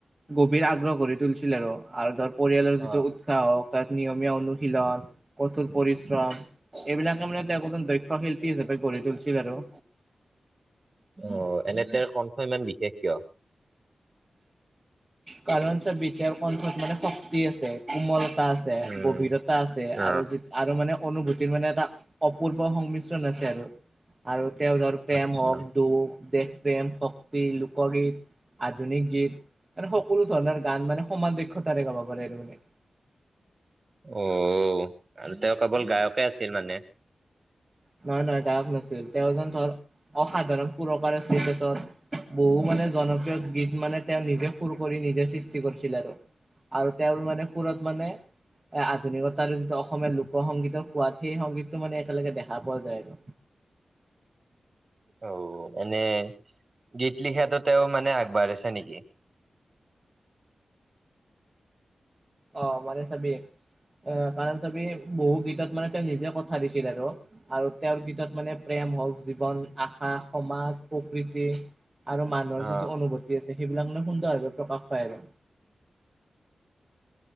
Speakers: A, on the right (about 20°); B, on the right (about 35°).
A: গভীৰ আগ্ৰহ কৰি তুলছিল আৰু ধৰ পৰিয়ালৰ
B: অ
A: যিটো উৎসাহ হওক তাত নিয়মীয়া অনুশীলন কঠোৰ পৰিশ্ৰম এইবিলাকে মানে তেওঁক এজন দক্ষ শিল্পী হিচাপে গঢ়ি তুলিছিল আৰু
B: অ এনে তেঁওৰ কণ্ঠ ইমান বিশেষ কিয়
A: কাৰণ চ বিদ্যাৰ কণ্ঠত মানে শক্তি আছে কোমলতা আছ ছে
B: উম
A: গভীৰতা আছে
B: অ
A: আৰু যি আৰু মানে অনুভূতিৰ মানে এটা অপূৰ্ব সংমিশ্ৰণ আছে আৰু আৰু তেওঁ ধৰ প্ৰেম
B: আচ্ছা
A: হওক দুখ দেশ প্ৰেম শক্তি লোকগীত আধুনিক গীত মানে সকলো ধৰণৰ গান মানে সমান দক্ষতাৰে গাব পাৰে আৰু মানে
B: অ আৰু তেওঁ কেৱল গায়কে আছিল মানে।
A: নহয় নহয় গায়ক নাছিল, তেওঁজন ধৰ অসাধাৰণ সুৰকাৰ আছিল তেখেতৰ। বিহু মানে জনপ্ৰিয় গীত মানে তেওঁ নিজে। ফুৰ কৰি নিজে সৃষ্টি কৰিছিল আৰু আৰু তেওঁৰ মানে ফুৰত মানে এ আধুনিকতা যিটো অসমীয়া লোক সংগীতৰ সোৱাদ সেই সংগীতটো মানে একেলগে দেখা পোৱা যায় আৰু
B: অ এনে গীত লিখাতটো তেওঁ মানে আগবাঢ়িছে নেকি?
A: অ মানে চাবি অ কাৰণ চাবি বহু গীতত মানে তেওঁ নিজে কথা দিছিল আৰু আৰু তেওঁৰ গীতত মানে প্ৰেম হওক জীৱন আশা সমাজ প্ৰকৃতি আৰু মানুহৰ
B: অ
A: যিটো অনুভূতি আছে সেইবিলাক মানে সুন্দৰভাৱে প্ৰকাশ পায় আৰু